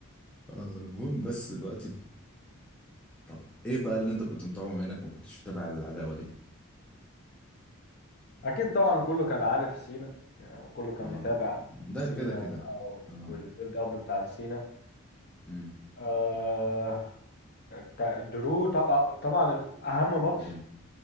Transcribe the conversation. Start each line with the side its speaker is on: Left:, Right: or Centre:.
Centre: آه، المهم بس دلوقتي طب ايه بقى اللي انت كنت متابعه بما انك ما كنتش متابع العداوة دي
Left: اكيد طبعا كله كان عارف سينا يعني كله كان
Centre: اه
Left: متابع
Centre: يعني ده
Left: سينا
Centre: كده كده
Left: بقى
Centre: اه
Left: والبيلد اب بتاعت سينا
Centre: امم
Left: آه تا- درو طبعا طبعاً اهم ماتش
Centre: درو